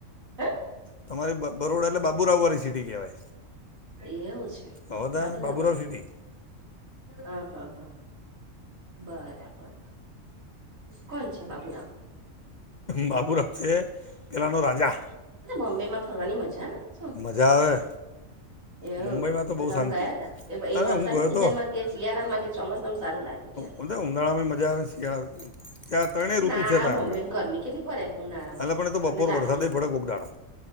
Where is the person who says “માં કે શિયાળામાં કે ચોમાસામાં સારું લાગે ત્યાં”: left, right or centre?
Right